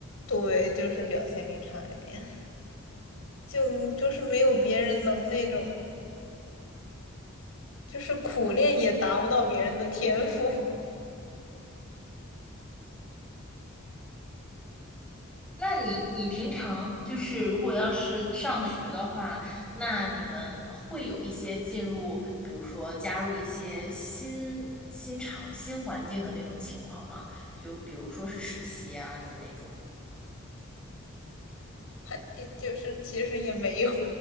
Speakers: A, on the left; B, in the centre.
A: 对，就是表现力差一点，就就是没有别人能那种，就是苦练也达不到别人的天赋，
B: 那你你平常就是如果要是上学的话，那你们会有一些进入，比如说加入一些新新场新环境的那种情况吗？就比如说是实习啊的那种，
A: <laughs> 还就是其实也没有。